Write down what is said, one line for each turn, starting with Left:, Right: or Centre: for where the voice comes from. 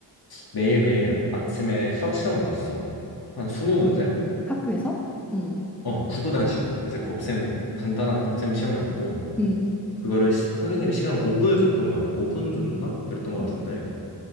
Left: 매일매일 아침에 수학 시험을 봤어. 한 20문제?
Centre: 학교에서? 응,
Left: 어, 구구단 시험. 이제 곱셈, 간단한 곱셈 시험이었고,
Centre: 응,
Left: 그거를 시- 선생님이 시간을 5분을 줬던 것 같아. 5분 줬나? 그랬던 것
Centre: 응.
Left: 같은데,